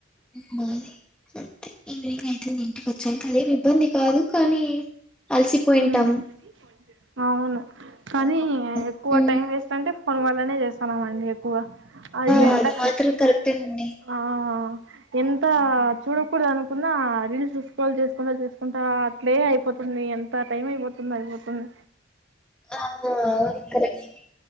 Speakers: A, in the centre; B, on the right.
A: ఉగాది అంతే ఈవినింగ్ అయితుంది ఇంటికి వచ్చాక అదేమి ఇబ్బంది కాదు కానీ అలసిపోయింటాం
B: ఇప్పుడు అవును. కానీ
A: అదొక బాధ.
B: ఎక్కువ
A: హ్మ్.
B: టైం వేస్టంటే ఫోన్ వల్లనే చేస్తున్నామండి ఎక్కువ అది
A: ఆ!
B: ఎంతా
A: మాత్రం కరెక్టేనండి
B: ఆ ఎంత చూడకూడదనుకున్నా రీల్స్ స్క్రోల్ చేస్కుంటా చేస్ కుంటా అట్లే అయిపో అన్ని ఎంత టైం అయిపోతుంది అయిపోతుంది.
A: ఆ అవును కరెక్టే